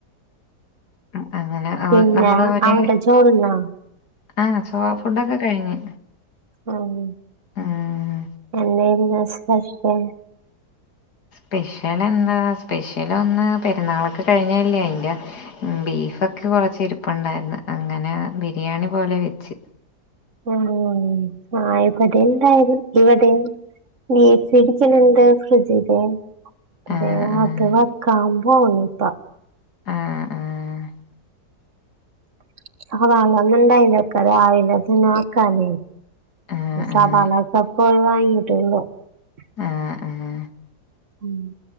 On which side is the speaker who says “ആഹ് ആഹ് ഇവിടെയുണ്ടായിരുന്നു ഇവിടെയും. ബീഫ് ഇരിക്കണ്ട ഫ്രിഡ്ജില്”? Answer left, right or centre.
Right